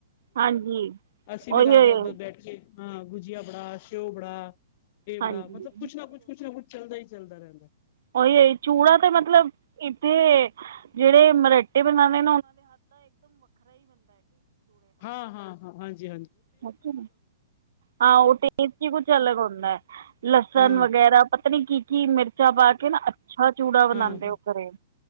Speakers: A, on the right; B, on the left.
A: ਹਾਂਜੀ।
B: ਅਸੀਂ
A: ਉਹੀ
B: ਵੀ ਰਾਧ
A: ਉਹੀ
B: <unintelligible> ਬੈਠ ਕੇ ਹਾਂ ਗੁਜੀਆ ਬੜਾ ਸਿਓ ਬੜਾ। <unintelligible>
A: ਹਾਂਜੀ
B: ਬੜਾ ਮਤਲਬ ਕੁੱਛ ਨਾ ਕੁੱਛ ਕੁੱਛ ਨਾ ਕੁੱਛ ਚੱਲਦਾ ਈ ਚੱਲਦਾ ਰੈਂਦੈ ।
A: ਓਹੀ ਐ ਚੂੜਾ ਤੇ ਮਤਲਬ ਇੱਥੇ ਜੇੜ੍ਹੇ ਮਰਅਟੇ ਬਨਾਨੇ
B: ਹਾਂ-ਹਾਂ-ਹਾਂ ਹਾਂਜੀ।
A: ਅੱਛਾ ਹਾਂ ਓ ਟੇਸਟ ਈ ਕੁੱਛ ਅਲੱਗ ਹੁੰਦੈ ਲਸਣ
B: ਹਾਂ
A: ਵਗੈਰਾ ਪਤਾ ਨੀ ਕੀ ਕੀ ਮਿਰਚਾਂ ਪਾ ਕੇ ਨਾ ਅੱਛਾ ਚੂੜਾ ਬਣਾਂਦੇ
B: ਹਾਂ ਹਾਂ
A: ਓ ਘਰੇ